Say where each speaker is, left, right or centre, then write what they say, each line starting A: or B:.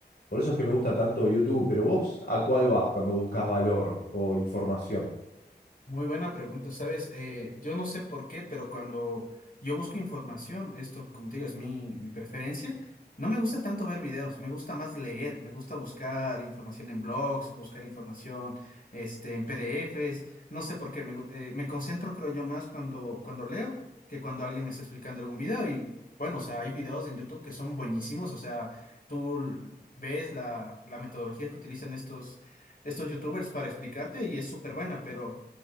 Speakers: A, on the left (about 80°); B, on the left (about 60°).
A: Por eso es que me gusta tanto YouTube, pero vos ¿a cuál vas cuando buscas valor o información?
B: Muy buena pregunta, ¿sabes? Eh, yo no sé por qué, pero cuando yo busco información, esto, como te digo, es mi, mi preferencia, no me gusta tanto ver videos, me gusta más leer, me gusta buscar información en blogs, buscar información, este, en PDFs, no sé por qué, me, gu- eh, me concentro, creo yo, más cuando, cuando leo que cuando alguien me está explicando algún video y, bueno, o sea, hay videos en YouTube que son buenísimos, o sea, tú l- ves la, la metodología que utilizan estos, estos YouTubers para explicarte y es súper buena, pero